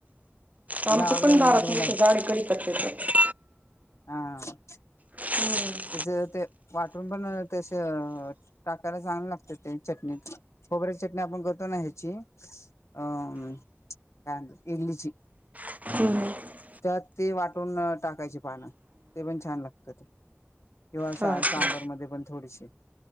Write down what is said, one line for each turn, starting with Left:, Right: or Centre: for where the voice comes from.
Right: आमचं
Left: गावाकडे
Right: पण
Left: म्हणलं
Right: दारात
Left: तुम्ही
Right: पुढे
Left: लावल
Right: झाड आहे कडीपत्त्याच
Left: हा
Right: हम्म
Left: त्याच ते वाटून पण तस टाकायला चांगलं लागत ते चटणी त खोबऱ्याची चटणी आपण करतो ना ह्याची अ काय म्हणतात इडली ची
Right: ह
Left: त्यात ती वाटुन टाकायची पानं ते पण छान लागत ते किंवा
Right: हा का
Left: सांबर मध्ये पण थोडीशी